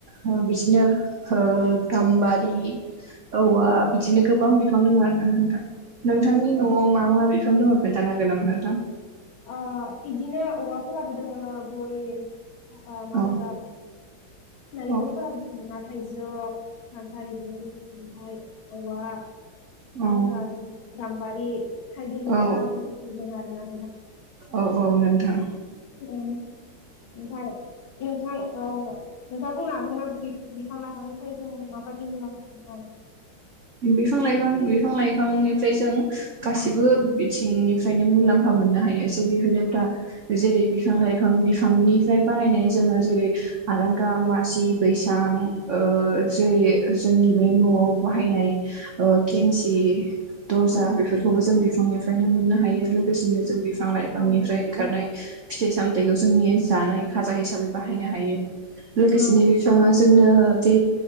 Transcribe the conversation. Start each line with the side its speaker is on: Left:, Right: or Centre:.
Right: ओ बिदिनो गाम्बारि औवा
Left: अ
Right: बिदिनो गोबां बि बिफां दं आर नाथा नोंथांनि
Left: अ
Right: न'आव मा मा बिफां दङ खोनन्थानो हागोन नामा नोंथां
Left: आ बिदिनो औवाफोराबोदों बय हो मा
Right: औ
Left: होनो नालेंखरफोर
Right: औ
Left: बुंङ ना थाइजौ खान्थाालदिनो ओमफ्राय औवा मा
Right: औ
Left: होनो आरो गाम्बारि थाइगिर बिफां
Right: औ
Left: मायदि मोजां आरो ना
Right: औ औ नोंथां
Left: उ नोंथां औ नोंथाङा बुंनो हागोन ना बिफां लाइफांनिफ्राय जों माबायदि मुलाम्फा लायो
Right: बिफां लाइफां बिफां लाइफांनिफ्राय जों गासिबो थिंनिफ्रायनो मुलाम्फा मोननो हायो जेरै होनोब्ला
Left: औ
Right: जेरै बिफां लाइफां बिफांनि बानायनाय जोङो जेरै आरांगा मासि बैसां जेरै जोंनि बे न'आव बाहायनाय केमसि दर्जा
Left: औ
Right: बेफोरखौबो जों बिफांनिफ्रायनो मोननो हायो लोगोसेनो बिफां लाइफांनि
Left: औ
Right: फ्राय ओंखारनाय फिथाय सामथाय फिथाइखौ जोंनि जानाय खाजा हिसाबै बाहायनो हायो लोगोसेनो
Left: औ
Right: बिफाङा जोंनो बे